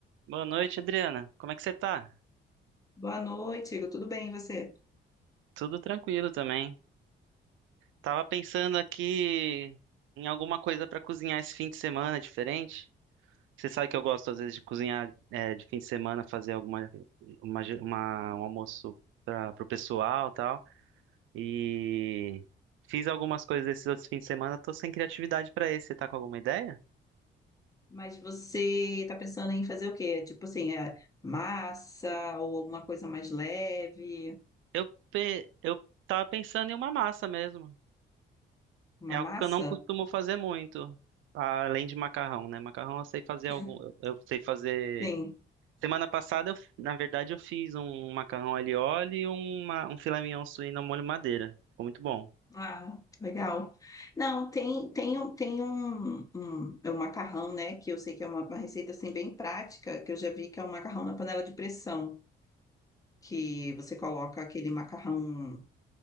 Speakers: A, on the right (about 80°); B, on the left (about 15°).
A: Boa noite, Adriana. Como é que você tá?
B: Boa noite, Igor. Tudo bem, e você?
A: Tudo tranquilo também. Tava pensando aqui em alguma coisa pra cozinhar esse fim de semana diferente. Você sabe que eu gosto às vezes de cozinhar é, de fim de semana, fazer alguma uma, ge- uma- um almoço para pro pessoal, e tal. E fiz algumas coisas esses outros fins de semana, tô sem criatividade pra esse. Você tá com alguma ideia?
B: Mas você tá pensando em fazer o quê? Tipo assim, é massa ou alguma coisa mais leve?
A: Eu pe- eu tava pensando em uma massa mesmo.
B: Uma
A: É algo
B: massa?
A: que eu não costumo fazer muito, além de macarrão, né? Macarrão eu sei fazer
B: <laughs>
A: algum, eu sei fazer.
B: Sim.
A: Semana passada, eu, f- na verdade, eu fiz um macarrão alho e óleo e uma, um filé mignon suíno ao molho madeira. Ficou muito bom.
B: Ah, legal. Não, tem, tem, um- tem um, um, é um macarrão, né? Que eu sei que é uma, uma receita assim bem prática, que eu já vi que é um macarrão na panela de pressão, que você coloca aquele macarrão,